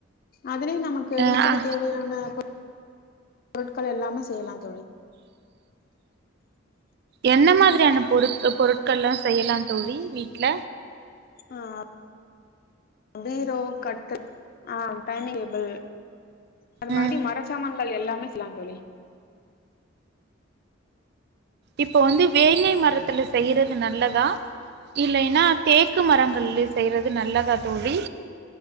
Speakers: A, on the left; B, on the right.
A: அதிலி நம க்கு
B: அ
A: வீட்டுக்கு
B: அ
A: தேவையான பொருட் பொருட்கள் எல்லாமே செய்லா தோழி
B: என்ன மாதிரியான பொருட்க் பொருட்கள்லா செய்யலாம் தோழி வீட்ல
A: ஆ பீரோ கட்டில் அ டைனிங் டேபிள் அந்த
B: ம்
A: மாரி மரச்சாமான் கள் எல்லாமே செய்லாந் தோழி
B: இப்போ வந்து வேங்கை மரத்துல செய்யறது நல்லதா இல்லைன்னா தேக்கு மரங்கள்லே செய்றது நல்லதா தோழி